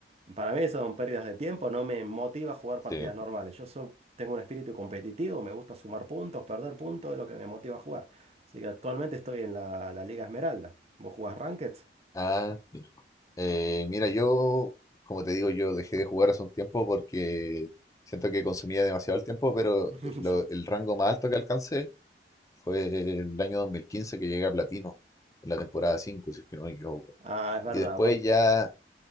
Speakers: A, on the right (about 35°); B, on the left (about 20°).
A: para mí eso son pérdidas de tiempo, no me motiva a jugar
B: sí.
A: partidas normales. Yo so- tengo un espíritu competitivo, me gusta sumar puntos, perder puntos, es lo que me motiva a jugar. Así que actualmente estoy en la, la Liga Esmeralda. ¿Vos jugás Ranked?
B: Ah, mira. Eh, mira, yo, como te digo, yo dejé de jugar hace un tiempo porque siento que consumía demasiado el tiempo, pero
A: <laughs>
B: lo-
A: Sí.
B: el rango más alto que alcancé fue el año 2015 que llegué a Platino, en la temporada 5 si es que no me equivoco.
A: Ah, es verdad,
B: Y después
A: bueno,
B: ya